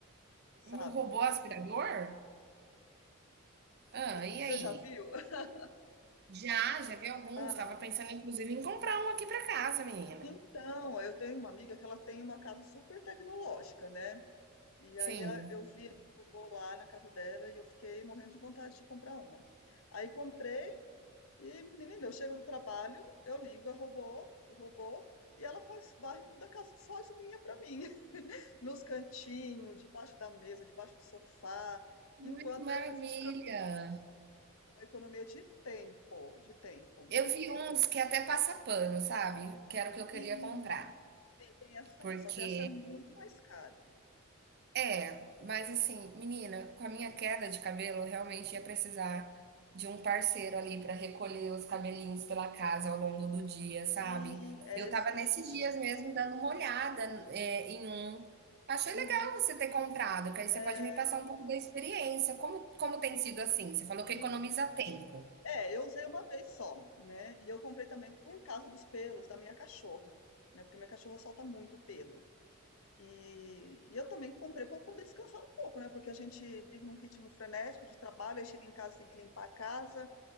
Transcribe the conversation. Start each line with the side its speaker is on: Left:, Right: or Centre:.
Left: sabe?
Right: Um robô aspirador? Ah, e
Left: Você
Right: aí?
Left: já viu? <laughs>
Right: Já, já vi alguns.
Left: Ah,
Right: Estava pensando, inclusive, em comprar um aqui para casa, menina.
Left: então, eu tenho uma amiga que ela tem uma casa super tecnológica, né? E
Right: Sim.
Left: aí a- eu vi esse robô lá na casa dela e eu fiquei morrendo de vontade de comprar uma. Aí comprei. E, menina, eu chego do trabalho, eu ligo a robô, o robô, e ela faz, varre tudo a casa só de linha pra mim. <laughs> Nos cantinhos, debaixo da mesa, debaixo do sofá,
Right: Ai,
Left: enquanto
Right: que maravilha!
Left: eu fico descansando. É Uma economia de tempo, de tempo.
Right: Eu vi uns que até passa pano, sabe? Que era o que eu
Left: Sim,
Right: queria comprar.
Left: sim, tem essa também,
Right: Porque
Left: só que essa é muito mais cara.
Right: É, mas assim, menina, com a minha queda de cabelo, eu realmente ia precisar de um parceiro ali para recolher os cabelinhos pela casa ao longo do dia, sabe?
Left: Sim, é
Right: Eu
Left: excelente.
Right: tava nesses dias mesmo dando uma olhada, é, em um. Achei legal
Left: Uhum,
Right: você ter comprado, que aí você
Left: é,
Right: pode me passar um pouco da experiência. Como, como tem sido assim? Você falou que
Left: sim.
Right: economiza tempo.
Left: É, eu usei uma vez só, né? E eu comprei também por causa dos pelos da minha cachorra, né? Porque minha cachorra solta muito pelo. E, e eu também comprei para poder descansar um pouco, né? Porque a gente vive num ritmo frenético de trabalho, aí chega em casa tem que limpar a casa.